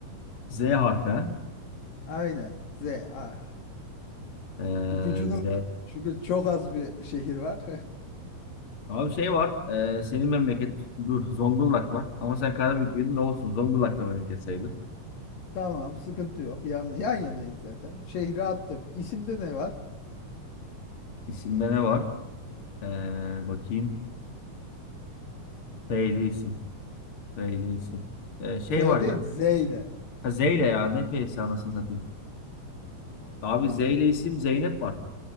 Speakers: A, on the left; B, on the left.
A: Z harfi ha.
B: Aynen. Z. Ah.
A: Ee,
B: İpucunu
A: Z.
B: çünkü çok az bir şehir var.
A: Abi şey var. Ee, senin memleket dur Zonguldak var. Ama sen Karabük'lüydün ne olsun. Zonguldak da memleket sayılır.
B: <laughs> Tamam, sıkıntı yok. Yan, yan yanayız zaten. Şehri attık. İsimde ne var?
A: İsimde ne var? Ee, bakayım. F ile isim. F ile isim. Ee, şey
B: F
A: var
B: değil
A: ya.
B: Z ile.
A: Ha, Z ile ya. Ne F'si anasını satayım. Abi Z ile isim Zeynep var.